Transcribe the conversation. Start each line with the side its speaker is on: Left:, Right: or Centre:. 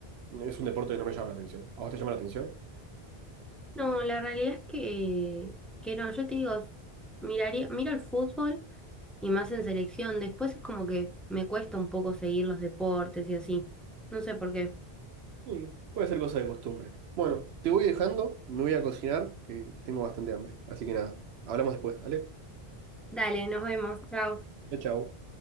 Right: es un deporte que no me llama la atención. ¿A vos te llama la atención?
Centre: No, la realidad es que, que no, yo te digo, miraría, miro el fútbol y más en selección. Después es como que me cuesta un poco seguir los deportes y así. No sé por qué.
Right: Sí, puede ser cosa de costumbre. Bueno, te voy dejando, me voy a cocinar, que tengo bastante hambre. Así que nada, hablamos después, ¿vale?
Centre: Dale, nos vemos. Chao.
Right: Chao, chao.